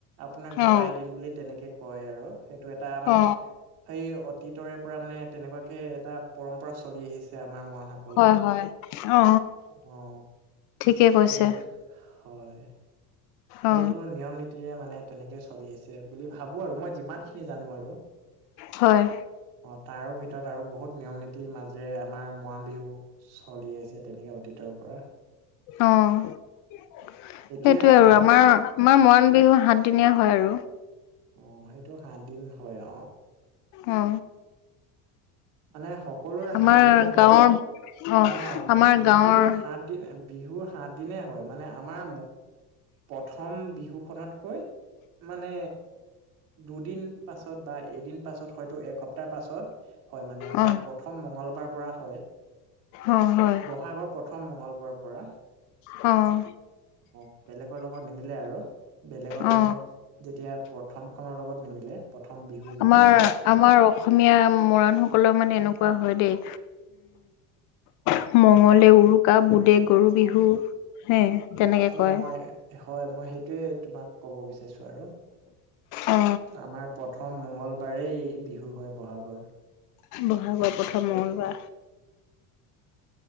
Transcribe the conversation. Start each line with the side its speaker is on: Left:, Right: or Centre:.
Right: আপোনাক গতাই
Left: অ
Right: দিম বুলি তেনেকে কয় আৰু এইটো এটা মানে
Left: অ অ
Right: সেই অতীতৰে পৰা মানে তেনেকুৱাকে এটা পৰম্পৰা চলি আহিছে আমাৰ মৰাণসকলৰ
Left: হয় হয় অ
Right: অ।
Left: ঠিকে কৈছে
Right: তেনেকা হয়। সেইটো
Left: অ
Right: নিয়ম নীতিৰে মানে তেনেকে চলি আহিছে বুলি ভাবো আৰু মই যিমান খিনি জানো আৰু।
Left: হয়
Right: অ তাৰো ভিতৰত আৰু বহুত নিয়ম নীতিৰ মাজেৰে আমাৰ মৰাণ বিহু চলি আহিছে তেনেকে অতীতৰ পৰা
Left: অঁ সেইটোয়ে
Right: এতিয়া
Left: আৰু আমাৰ আমাৰ মৰাণ বিহু সাত দিনীয়া হয় আৰু।
Right: অ সেইটো সাত দিন হয় অঁহ
Left: অ
Right: মানে সকলোৰে
Left: আমাৰ
Right: সাত দিনে হয়
Left: গাঁৱৰ অ
Right: ন
Left: আমাৰ
Right: বিহুৰ
Left: গাঁৱৰ
Right: সাত বিহুৰ সাত দিনে হয় মানে আমাৰ প্ৰথম বিহু খনতকৈ মানে দুদিন পাছত বা এদিন পাছত হয়তো এসপ্তাহৰ পাছত হয় মানে আমাৰ
Left: অ
Right: প্ৰ থম মঙ্গলবাৰ পৰা হয়
Left: অ হয়
Right: বহাগৰ প্ৰথম মঙ্গলবাৰৰ পৰা।
Left: অঁ
Right: অ বেলেগৰ লগত নিমিলে আৰু বেলেগৰ মানে
Left: অ
Right: যেতিয়া প্ৰথমখনৰ লগত নিমিলে প্ৰথম বিহু যেতিয়া
Left: আমাৰ
Right: হয়।
Left: আমাৰ অসমীয়া মৰাণসকলৰ মানে এনেকুৱা হয় দেই উম মঙ্গলে উৰুকা বুধে গৰু বিহু হে তেনেকে
Right: হয়
Left: কয়
Right: মই হয় মই সেইটোয়ে তোমাক ক'ব বিচা ৰিছো আৰু
Left: অ
Right: আমাৰ প্ৰথম মঙ্গলবাৰেই বিহু হয় ব'হাগৰ।
Left: ব'হাগৰ প্ৰথম মঙলবাৰ।